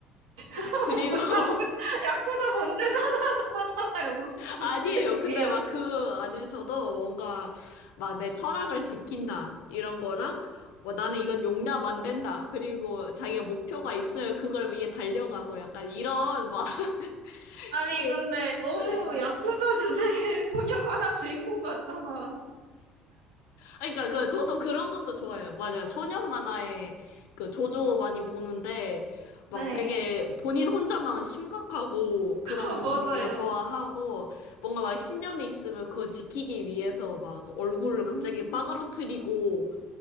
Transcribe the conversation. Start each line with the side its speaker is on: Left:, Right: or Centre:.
Right: <laughs>
Left: 그리고,
Right: 뭐냐고
Left: <laughs>
Right: 야쿠자 본대잖아 <laughs> 사잖아요 무슨 진실이에요
Left: 아니에요. 근데 막 그 안에서도 뭔가, 막 내 철학을 지킨다. 이런 거랑, 뭐 나는 이건 용납 안 된다. 그리고 자기가 목표가 있으면 그걸 위해 달려가고 약간 이런, 막, <laughs>
Right: 아니
Left: 그,
Right: 근데 너무
Left: 네.
Right: 야쿠자 주제의 <laughs> 소년 만화 주인공 같잖아
Left: 아니, 그러니까 그 저도 그런 것도 좋아해요. 맞아요. 소년 만화에 그 조조 많이 보는데 막
Right: 네.
Left: 되게 본인 혼자만 심각하고 그런
Right: <laughs> 맞아요
Left: 거 좋아하고 뭔가 막 신념이 있으면 그거 지키기 위해서 막 얼굴을
Right: 음,
Left: 갑자기 빠그러뜨리고